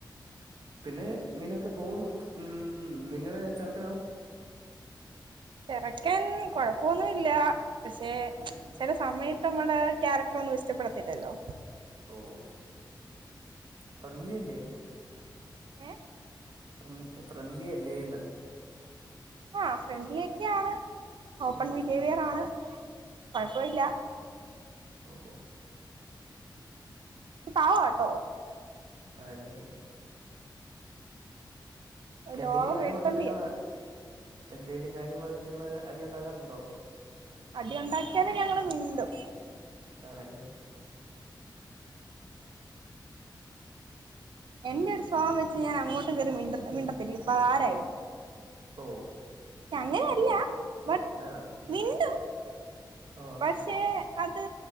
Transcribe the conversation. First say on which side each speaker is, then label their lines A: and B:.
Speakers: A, on the right; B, on the right.
A: പിന്നെ ഇങ്ങനെയൊക്കെ പോവുന്നു ഉം നിങ്ങടെ ചെർക്കനോ
B: ചെർക്കൻ കൊഴപ്പൊന്നുല്ല പക്ഷെ
A: ഉം
B: ചെല സമയത്ത് നമ്മടെ ക്യാരക്ടറൊന്നും ഇഷ്ടപ്പെടത്തില്ലല്ലോ
A: ഓഹ് <unintelligible>
B: ഏഹ്
A: ഫ്രൺ ഫ്രണ്ട്ലി അല്ലേന്ന്
B: ആ ഫ്രണ്ട്ലി ഒക്കെയാണ് ഓപ്പൺ
A: ഉം
B: ബിഹേവിയറാണ് കൊഴപ്പവില്ല
A: ഓഹോ
B: പാവാട്ടോ
A: അതെല്ലെ ക്കെന്തേലും
B: ലോക
A: കാര്യം
B: പേടിത്തൊണ്ടിയാ
A: പർഞ് നിങ്ങള് എന്തേലും കാര്യം പർഞ് നിങ്ങള് അടിയുണ്ടാക്കാറുണ്ടോ
B: അടിയുണ്ടാക്ക്യാലും ഞങ്ങള് മിണ്ടും
A: ആണല്ലേ
B: എന്റൊരു സ്വാ വെച്ച് ഞാനങ്ങോട്ട് കേറി മിണ്ട മിണ്ടത്തില്ല. ഇപ്പൊ ആരായാലും.
A: ഓഹ്.
B: ശേ അങ്ങനെയല്ല ബട്ട്
A: ആ
B: മിണ്ടും
A: ഓ
B: പക്ഷെ. അത്